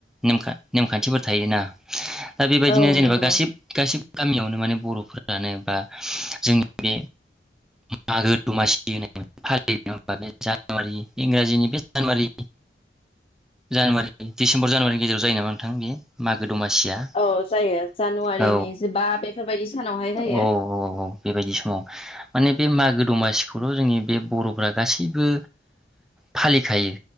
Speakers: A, in the centre; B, on the left.
A: ने नेमखान्थिफोर थायोना। दा बेबायदिनो
B: औ
A: जेनेबा
B: नंगौ
A: गासि गासिब गामियावनो माने बर'फोरानो बा जोंनि बे मागो दमासि होन फालियो नंङा होमबा। बे जानुवारि इंराजिनि बे जानुवारि जानुवारि डिसेम्बर जानुवारिनि गेजेराव जायो नामा नोंथां? बे मागो दमासिया
B: औ जायो जानुवारिनि
A: औ
B: जिबा बे बेफोरबायदि सानावहाय जायो
A: औ औ औ बेबायदि समाव माने बे मागो दमासिखौल' जोंनि बे बर'फ्रा गासैबो फालिखायो